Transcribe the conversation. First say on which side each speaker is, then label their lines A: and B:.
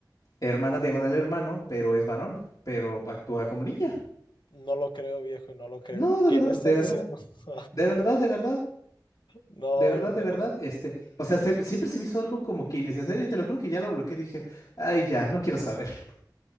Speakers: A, on the left; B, on the left.
A: hermana diagonal hermano, pero es varón, pero actúa como niña.
B: No lo creo, viejo, no lo creo.
A: No, de
B: ¿Qué
A: verdad,
B: me estás
A: de verdad,
B: diciendo? <laughs>
A: de verdad, de verdad, de verdad.
B: No,
A: De verdad,
B: no, no.
A: de verdad, este, o sea, se- siempre se me hizo algo como que innecesario y te lo juro que ya lo bloqueé, dije, ay, ya, no quiero saber. <laughs>